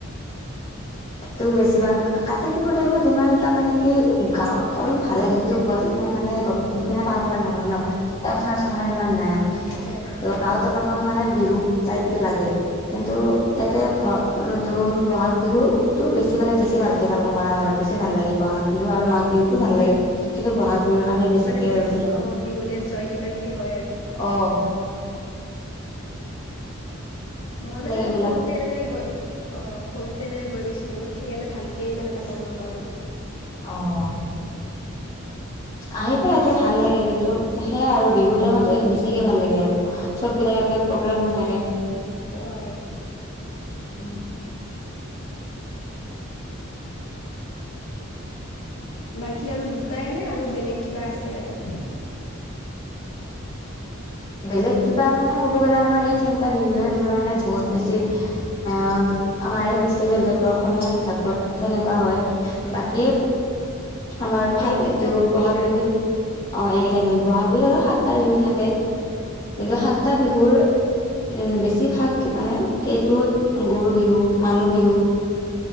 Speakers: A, on the left; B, on the left.
A: তোৰ বেছিভাগ কাতি বিহু টাইমত ইমানটা মানে কি গাঁৱত অলপমান ভাল লাগে কিন্তু গুৱাহাটীত ইমান মানে গম মানে পালন কৰা নহয় ন এয়াত পথাৰ চথাৰ ইমান নাই।
B: অ
A: ত' গাঁৱত অলপমান মানে
B: উম
A: বিহু টাইপটো লাগে কিন্তু ইয়াতে ভ এইটো বহাগ বিহু তো বেছি মানে বেছি ভালকে পালন কৰা হয় আৰু বেছি ভাল লাগে বহাগ বিহু আৰু মাঘ বিহুতো ভাল লাগে। কিন্তু বহাগ বিহুৰ কাৰণে বেছিকে
B: মানে
A: ৰখি
B: অ বিহু ডেন্স হয় কিবা কিবি হয় আৰু?
A: অঁ।
B: মই মানে
A: এইবিলাক
B: সৰু তে মানে গৈ অ', সৰুতে মানে গৈ পাইছিলো, সেইকাৰণে ভালকে ইমান এটা গম নাপাওঁ আৰু
A: অ' আহি পাই ইয়াতে, ভাল লাগে, কিন্তু সেয়াই আৰু বিহুৰ টাইমত বেছিকে ভাল লাগে আৰু। চববিলাক এনেকে প্ৰগ্ৰেম হৈ থাকে।
B: অ'।
A: উম।
B: বাকী আৰু দুটাই নে আৰু বেলেগ কিবা আছে আৰু।
A: বেলেগ কিবা মানে, ক'ব গ'লে আমাৰ এই তিনিটা বিহুৱে আমাৰ মানে বহুত বেছি আ, আমাৰে ফেষ্টিভেল টাইপত, অসমীয়া হিচাপত তেনেকুৱা হয়। বাকী, আমাৰ
B: মানে
A: ফাল
B: এই তিনিটা
A: এইটো বহাগ
B: মেইন
A: বিহুত।
B: আৰু
A: অ', এইকেইটা মেইন, বহাগ বিহুত আৰু সাতটা
B: অ
A: বিহু থাকে।
B: উম
A: কিন্তু সাতটা বিহুৰ, উ বেছিভাগ মানে এইটোত গৰু বিহু, মানুহ বিহু